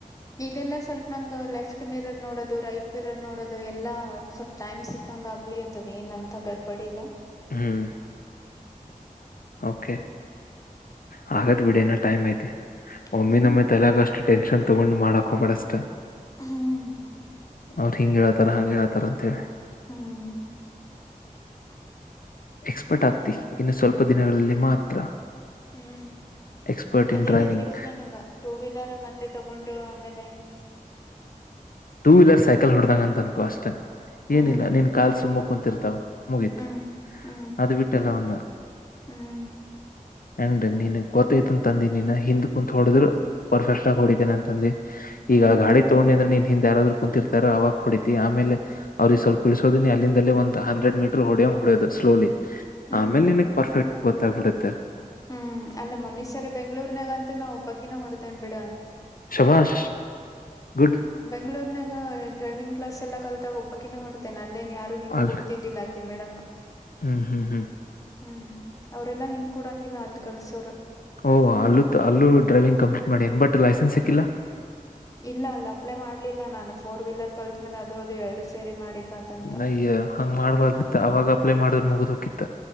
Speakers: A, on the left (about 25°); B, on the left (about 80°).
A: ಇದೆಲ್ಲಾ ಸ್ವಲ್ಪ ನಂಗ್ ಲೆಫ್ಟ್ ಮಿರರ್ ನೋಡೋದು ರೈಟ್ ಮಿರರ್ ನೋಡೋದು ಎಲ್ಲಾ ಸ್ವಲ್ಪ ಟೈಮ್ ಸಿಕ್ಕಂಗ ಆಗ್ಲಿ ಅತದ ಏನ ಅಂತ ಗಡ್ಬಡಿಿಲ್ಲಾ
B: ಹ್ಮ್ ಓಕೆ ಹಾಗತ್ ವಿಡಿಯನ ಟೈಮ್ ಐತಿ ಒಮ್ಮಿ
A: ಹ್ಮ್
B: ನ ಒಮ್ಮೆ ತಲೆಗಷ್ಟು ಟೆನ್ಶನ್ ತಗೊಂಡ್ ಮಾಡಕೋಬಡ ಅಷ್ಟ
A: ಹ್ಮ್
B: ಅವ್ರ ಹಿಂಗಗೆೇಳ್ತಾರ ಹಂಗೆ ಹೇಳಳ್ತಾರ ಅಂತ ಹೇಳಿ
A: ಹ್ಮ್
B: ಎಕ್ಸ್ಪರ್ಟ್ ಆಗ್ತಿ ಇನ್ನು ಸ್ವಲ್ಪ ದಿನಗಳಲ್ಲಿ ಮಾತ್ರ
A: ಹ್ಮ್
B: ಎಕ್ಸ್ಪರ್ಟ್
A: ಅದೇ
B: ಇನ್ ಡ್ರೈವಿಂಗ್
A: ಹೆದರಿಕಿ ನನ್ಗ ಟೂ ವೀಲರ್ ಮತ್ತೆ ತಗೊಂಡು ಆಮೇಲೆ
B: ಟೂ ವೀಲರ್ ಸೈಕಲ್ ಹೊಡ್ದಂಗ ಅಂತ ಅನ್ಕೊ ಅಷ್ಟ
A: ಹ್ಮ್
B: ಏನಿಲ್ಲ ನೀನ್ ಕಾಲ್ ಸುಮ್ಮಕ್ ಕುಂತಿರ್ತಾವ ಮುಗೀತ್
A: ಹ್ಮ್ ಹ್ಮ್
B: ಅದು ಬಿಟ್ಟೆಲ್ಲ ಒಂದ
A: ಹ್ಮ್
B: ಅಂಡ್ ನೀನ್ಗ್ ಗೊತ್ತೈ್ತಂತಂದಿನಿನ ಹಿಂದ್ ಕುಂತ್ ಹೋಡದ್ರರು ಪರ್ಫೆಕ್ಟ್ ಆಗ ಹೊಡಿದ್ದೇನೆ ಅಂತಂದಿ
A: ಹ್ಮ್
B: ಈಗ ಗಾಡಿ ತಗೊಂಡಿದ್ರೆ ನೀ ಹಿಂದ್ ಯಾರಾದ್ರು ಕುಂತಿರ್ತಾರ ಅವಾಗ ಹೊಡತಿಯ ಆಮೇಲೆ ಅವ್ರ ಈ ಸ್ವಲ್ ಇಳಸೋದಿನಿ ಅಲ್ಲಿಂದಲೇ ಒಂದ ಹಂಡ್ರೆಡ್ ಮೀಟರ್ ಹೊಡ್ ಹೊಡೋದ್ ಸ್ಲೋಲಿ
A: ಹ್ಮ್
B: ಆಮೇಲೆ ನಿನಗ್ ಪರ್ಫೆಕ್ಟ್ ಗೊತ್ತಾಗಬಿಡುತ್ತೆ.
A: ಹ್ಮ್ ಅಲ್ಲ ಮೊನ್ನಿಸರಿ ಬೆಂಗ್ಗಳೂರ್ನಾಗಂತು ನಾವ್ ಒಬ್ಬಕಿನ ಹೊಡ್ದೇನ್ ಬಿಡ್
B: ಶಾಬಸ್ ಗುಡ್
A: ಬೆಂಗಳೂರ್ನಾಗ ಡ್ರೈವಿಂಗ್ ಕ್ಲಾಸ್ ಎಲ್ಲ ಕಲತ್ ಒಬ್ಬಕ್ಕಿ ಹೊಡೆದ್ ಮ ನ ಅಲ್ಲೇನ್ ಯಾರು ಹಿಂದ್
B: ಅಲ್
A: ಕುಡ್ತಿದ್ದಿಲ್ಲಾಕೆ ಮೇಡಮು
B: ಹ್ಮ್ ಹ್ಮ್ ಹ್ಮ್
A: ಹ್ಮ್ ಅವರೆಲ್ಲ ಹಿಂದ್ ಕೂಡಂಗಿಲ್ಲ ಅಲ್ಲಿ ಕಲ್ಸೋರು.
B: ಓಹ ಅಲ್ಲೂ ಅಲ್ಲೂ ಡ್ರೈವಿಂಗ್ ಕಂಪ್ಲೀಟ್ ಮಾಡೇನ್ ಬಟ್ ಲೈಸೆನ್ಸ್
A: ಹ್ಮ್
B: ಸಿಕ್ಕಿಲ್ಲ.
A: ಇಲ್ಲ ಅಲ್ಲಿ ಅಪ್ಲೈ ಮಾಡ್ಲಿಲ್ಲ ನಾನು ಫೋರ್ ವೀಲರ್ ಕಲ್ತ್ ಮೇಲೆ ಅದು ಅದು ಎರಡು ಸೇರಿ ಮಾಡಿದ್ರತಂತ
B: ಅಯ್ಯ ಹಂಗ್ ಮಾಡ್ಬಾರ್ದಿತ್ತ ಅವಾಗ ಅಪ್ಲೈ ಮಾಡುದ್ರ ಮುಗುದ್ ಹೊಕಿತ್ತ